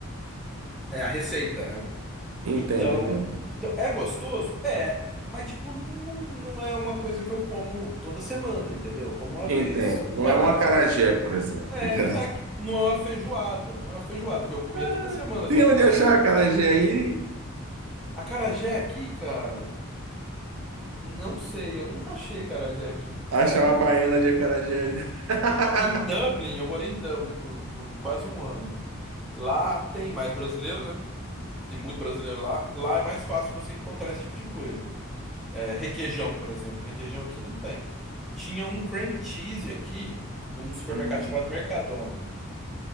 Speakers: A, in the centre; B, on the right.
A: é a receita, né?
B: Entendo,
A: Então,
B: entendo.
A: então é gostoso? É, mas tipo, não, não é uma coisa que eu como toda semana, entendeu? Eu Como uma
B: Entendo.
A: vez a cada.
B: Não é um acarajé, por exemplo.
A: É,
B: <laughs>
A: não é, que- não é uma feijoada, não é uma feijoada que eu comia
B: Ah,
A: toda semana
B: Tem
A: feijoada.
B: onde achar acarajé aí
A: Acarajé aqui, cara, não sei, eu nunca achei acarajé aqui.
B: Achar
A: Também
B: uma baiana de acarajé aí. <laughs>
A: não- é, em Dublin, eu morei em Dublin por, por quase um ano. Lá tem mais brasileiro, né? Tem muito brasileiro lá. Lá é mais fácil você encontrar esse tipo de coisa. É, requeijão, por exemplo. Requeijão aqui não tem. Tinha um cream cheese aqui, de um supermercado
B: Hum,
A: chamado Mercadona,